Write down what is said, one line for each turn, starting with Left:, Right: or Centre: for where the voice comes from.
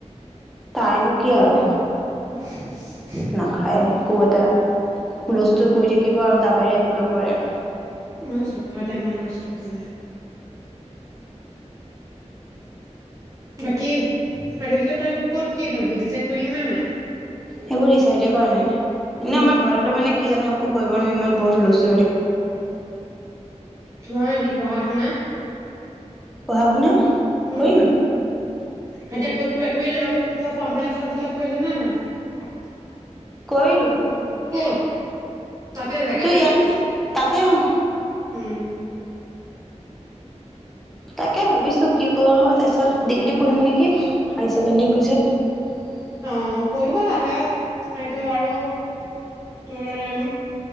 Centre: তাই নো কি আৰু
Right: <unintelligible>
Centre: নাখায় একো এটা হুলস্থুল কৰি থাকিব আৰু তাৰ বাহিৰে একো নকৰে।
Right: মই যে, চব খাও দে আমাৰ ঘৰত চব চলে। বাকী আৰু কি ক তই ক'ত কি, লবি ডিচাইড কৰিলিনে নাই।
Centre: সেইবোৰ ডিচাইডে কৰা নাই।
Right: উম,
Centre: এনে আমাৰ ঘৰলৈ মানে, কি জানো একো ক ইমান ইমান বহুত হুলস্থূল।
Right: নয় এইোৰ পঢ়া শুনা <inaudible>
Centre: পঢ়া -শুনা?
Right: উম
Centre: কৰিম
Right: এতিয়া ক'ত কিবা কিবি তই ফৰম ফিলাপ চৰম ফিলাপ কৰিলিনে নাই?
Centre: কৰিলো।
Right: ক'ত? তাতে জেগাতেনে?
Centre: তো ইয়াত তাতে
Right: উম!
Centre: তাকে ভাবিছো কি কৰোঁ, তাৰ পিছত ডিগ্ৰী পঢ়িম নেকি! হাইছেকেণ্ডাৰী পিছত
Right: অ' <unintelligible> এইটো আৰু তোৰ